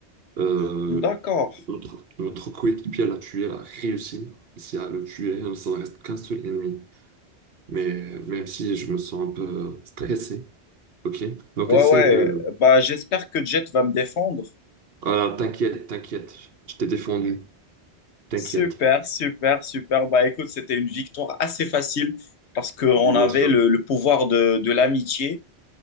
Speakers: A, on the right; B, on the left.
A: Euh,
B: D'accord.
A: notre, notre coéquipier l'a tué, l'a réussi ici à le tuer. Ça ne reste qu'un seul ennemi. Mais même si je me sens un peu stressé, ok? Donc
B: Ouais,
A: essaie
B: ouais.
A: de...
B: Bah, j'espère que Jet va me défendre.
A: Voilà, t'inquiète, t'inquiète. Je t'ai défendu. T'inquiète.
B: Super, super, super. Bah, écoute, c'était une victoire assez facile parce qu'on
A: Oui, bien
B: avait
A: sûr.
B: le, le pouvoir de, de l'amitié.